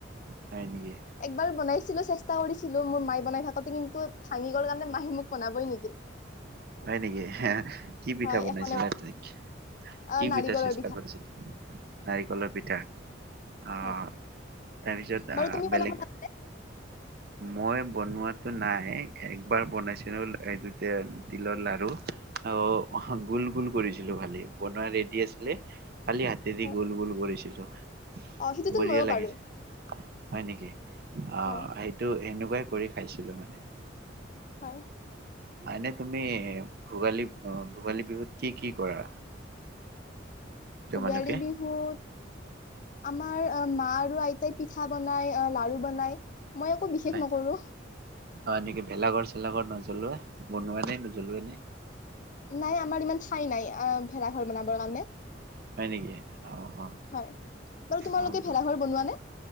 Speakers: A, on the right; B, on the left.
A: হয় নেকি
B: একবাৰ বনাইছিলো চেষ্টা কৰিছিলো মোৰ মায়ে বনাই থাকোতে কিন্তু ভাঙি গ'ল কাৰণে মাহী মোক বনাবই নিদিল।
A: হয় নেকি। কি পিঠা
B: হয়
A: বনাইছিলে
B: এখনে
A: আ তাই
B: অ
A: কি
B: নাৰিকলৰ
A: পিঠা চেষ্টা কৰিছিলে নাৰিকলৰ পিঠা আহ
B: হয়
A: তাৰপিছত
B: বাৰু
A: আহ
B: তুমি বনাব
A: বেলেগ।
B: জানানে?
A: মই বনোৱাাতটো নাই, একবাৰ বনাইছিলো এই দুটা তিলৰ লাৰু। অহ গোল-গোল কৰিছিলো ভালি বনোৱা ৰেডি আছিলে। কালি হাতে দি
B: হয়
A: গোল-গোল কৰিছিলো।
B: অ সেইটোতো
A: বঢ়িয়া
B: ময়ো
A: লাগিছে
B: পাৰো।
A: হয় নেকি? অহ,
B: হয়
A: সেইটো সেনে াই কৰি খাইছিলো মানে।
B: হয়
A: হয়নে তুমি ভোগালী-ভোগালী বিহুত কি-কি কৰা? তোমালোকে
B: ভোগালী বিহুত, আমাৰ অহ, মা আৰু আইতাই পিঠা বনাই অহ লাৰু বনাই। মই একো বিশেষ
A: হয়।
B: নকৰো
A: অহ নেকি ভেলাঘৰ চেলাঘৰ নজ্বলোৱা? বনোৱা নে নজ্বলুৱা নে?
B: নাই, আমাৰ ইমান ঠাই নাই অহ ভেেলাঘৰ বনাবৰ কাৰণে।
A: হয় নেকি? অহ-অহ।
B: হয় বাৰু তোমালোকে
A: অহ ব
B: ভেলাঘৰ বনোৱা নে